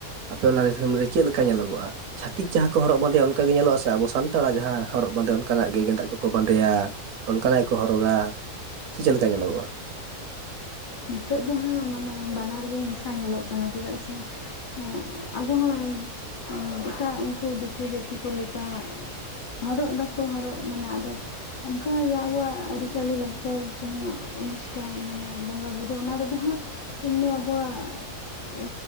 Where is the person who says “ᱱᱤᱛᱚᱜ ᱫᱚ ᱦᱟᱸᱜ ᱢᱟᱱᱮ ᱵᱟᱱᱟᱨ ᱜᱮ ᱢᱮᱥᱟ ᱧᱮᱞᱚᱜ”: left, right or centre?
Left